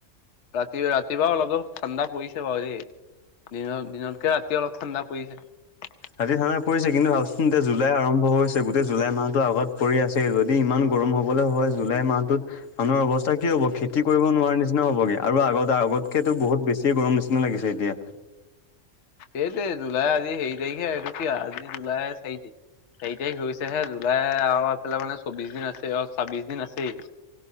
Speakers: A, on the left (about 65°); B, on the left (about 85°).
A: ৰাতি ৰাতিপুৱা অলপ-অলপ ঠাণ্ডা পৰিছে বাৰু দেই <inaudible> দিন-দিনতকে ৰাতি অলপ ঠাণ্ডা পৰিছে ।
B: ৰাতি ঠাণ্ডাটো পৰিছে কিন্তু ভাবচোন এতিয়া জুলাই আৰম্ভ হৈছে গোটেই জুলাই মাহতো আগত পৰি আছে যদি ইমান গৰম হবলৈ হয় জুলাই মাহটোত মানুহৰ অৱস্থা কি হ'ব খেতি কৰিব নোৱাৰাৰে নিচিনা হ'বগে আৰু আগতে আগতকেতো বহুত বেছি গৰম নিচিনা লাগিছে এতিয়া
A: এইটোৱেই তো জুলাই আজি হেৰি তাৰিখ এইটো কি আজি জুলাই চাৰি তাৰিখ চাৰি তাৰিখ হৈছেহে জুলাই আৰু এইফালে মানে চৌবিশ দিন আছে অ ছাব্বিশ দিন আছেই